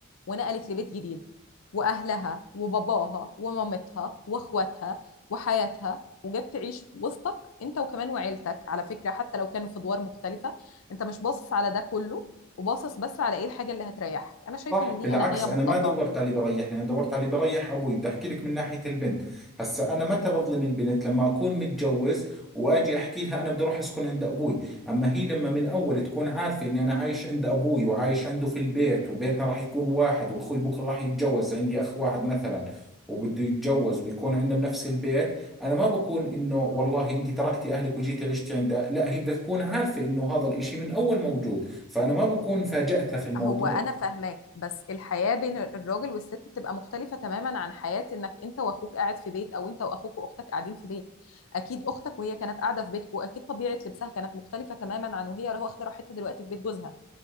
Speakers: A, on the left; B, in the centre.
A: ونقلت لبيت جديد واهلها وباباها ومامتها واخواتها وحياتها وجت تعيش وسطك انت وكمان وعيلتك على فكره حتى لو كانوا في ادوار مختلفه انت مش باصص على ده كله وباصص بس على ايه الحاجه اللي هتريحك انا شايفه
B: صح
A: ان دي
B: بالعكس
A: انانيه مطلقه
B: انا ما دورت على اللي بريحني انا دورت على اللي بريح ابوي بدي احكي لك من ناحيه البنت هسا انا متى بظلم البنت لما اكون متجوز واجي احكي لها انا بدي اروح اسكن عند ابوي اما هي لما من اول تكون عارفه اني انا عايش عند ابوي وعايش عنده في البيت وبيتنا راح يكون واحد واخوي بكره راح يتجوز عندي اخ واحد مثلا وبده يتجوز ويكون عندنا بنفس البيت انا ما بكون انه والله انت تركتي اهلك وجيتي عشتي عند أه- لا هي بدها تكون عارفه انه هذا الاشي من اول موجود فانا ما بكون فاجأتها في الموضوع
A: هو انا فاهماك بس الحياه بين الراجل والست بتبقى مختلفه تماما عن حياه انك انت واخوك قاعد في بيت او انت واخوك واختك قاعدين في بيت اكيد اختك وهي كانت قاعده في بيتكم اكيد طبيعه لبسها كانت مختلفه تماما عن وهي واخده راحتها دلوقتي في بيت جوزها